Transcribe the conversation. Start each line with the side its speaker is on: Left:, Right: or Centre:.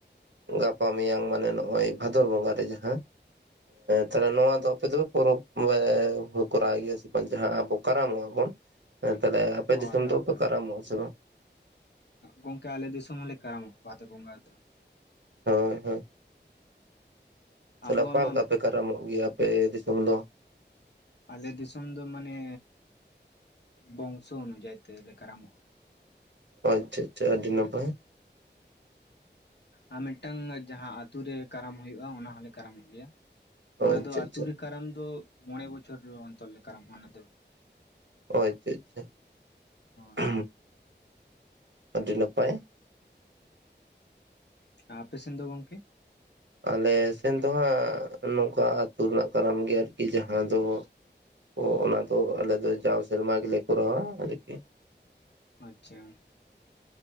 Right: ᱜᱟᱯᱟ ᱢᱮᱭᱟᱝ ᱢᱟᱱᱮ ᱱᱚᱜᱼᱚᱭ ᱵᱷᱟᱫᱚᱨ ᱵᱚᱸᱜᱟ ᱨᱮ ᱡᱟᱦᱟᱸ ᱛᱟᱦᱚᱞᱮ ᱱᱚᱣᱟ ᱫᱚ ᱟᱯᱮ ᱫᱚᱯᱮ ᱯᱚᱨᱚᱵᱽ <unintelligible> ᱠᱚᱨᱟᱣ ᱜᱮᱭᱟ ᱥᱮ ᱵᱟᱝ ᱡᱟᱦᱟᱸ ᱟᱵᱚ ᱠᱟᱨᱟᱢᱚᱜᱼᱟᱵᱚᱱ ᱦᱮᱸ ᱛᱟᱦᱚᱞᱮ ᱟᱯᱮ
Left: ᱦᱳᱭ
Right: ᱫᱤᱥᱚᱢ
Left: ᱦᱳᱭ
Right: ᱫᱚᱯᱮ
Left: ᱦᱳᱭ
Right: ᱠᱟᱨᱟᱢᱚᱜᱼᱟ ᱥᱮ ᱵᱟᱝ?
Left: ᱜᱚᱝᱠᱮ ᱟᱞᱮ ᱫᱤᱥ ᱦᱚᱞᱮ ᱠᱟᱨᱟᱢᱟᱜ ᱵᱷᱟᱫᱚᱨ ᱵᱚᱸᱜᱟ ᱫᱚ
Right: ᱦᱳᱭ ᱦᱳᱭ ᱛᱟᱦᱚᱞᱮ
Left: ᱟᱵᱚᱣᱟᱜ
Right: ᱚᱠᱟᱞ
Left: ᱢᱟ
Right: ᱞᱮᱠᱟ ᱯᱮ ᱠᱟᱨᱟᱢᱚᱜ ᱜᱮᱭᱟ ᱟᱯᱮ ᱫᱤᱥᱚᱢ ᱫᱚ᱾
Left: ᱟᱞᱮ ᱫᱤᱥᱚᱢ ᱫᱚ ᱢᱟᱱᱮ ᱵᱚᱝᱥᱚ ᱚᱱᱩᱡᱟᱭ ᱛᱮᱞᱮ ᱠᱟᱨᱟᱢᱚᱜᱼᱟ᱾
Right: ᱟᱪᱪᱷᱟ ᱟᱪᱪᱷᱟ ᱟᱹᱰᱤ ᱱᱟᱯᱟᱭ᱾
Left: ᱟᱨ ᱢᱤᱫᱴᱟᱝ ᱡᱟᱦᱟᱸ ᱟᱹᱛᱩᱨᱮ ᱠᱟᱨᱟᱢ ᱦᱩᱭᱩᱜᱼᱟ ᱚᱱᱟ ᱦᱚᱞᱮ ᱠᱟᱨᱟᱢᱚᱜ ᱜᱮᱭᱟ᱾
Right: ᱚ
Left: ᱚᱱᱟ
Right: ᱟᱪᱪᱷᱟ
Left: ᱫᱚ ᱟᱹᱛᱩ
Right: ᱟᱪᱪᱷᱟ
Left: ᱨᱮ ᱠᱟᱨᱟᱢ ᱫᱚ ᱢᱚᱬᱮ ᱵᱚᱪᱷᱚᱨ ᱚᱱᱛᱚᱨ ᱞᱮ ᱠᱟᱨᱟᱢᱚᱜᱼᱟ ᱚᱱᱟ ᱫᱚ᱾
Right: ᱚ ᱟᱪᱪᱷᱟ ᱟᱪᱪᱷᱟ
Left: ᱦᱳᱭ
Right: ᱟᱹᱰᱤ ᱱᱟᱯᱟᱭ
Left: ᱟᱯᱮᱥᱮᱱ ᱫᱚ ᱜᱚᱝᱠᱮ᱾
Right: ᱟᱞᱮ ᱥᱮᱱ ᱫᱚ ᱦᱟᱸᱜ ᱱᱚᱝᱠᱟ ᱟᱹᱛᱩ ᱨᱮᱱᱟᱜ ᱠᱟᱨᱟᱢ ᱜᱮ ᱟᱨᱠᱤ ᱡᱟᱦᱟᱸ ᱫᱚ ᱚ ᱚᱱᱟ ᱫᱚ ᱟᱞᱮ ᱫᱚ ᱡᱟᱣ ᱥᱮᱨᱢᱟ ᱜᱮᱞᱮ ᱠᱚᱨᱟᱣᱟ ᱟᱨᱠᱤ
Left: ᱟᱪᱪᱷᱟ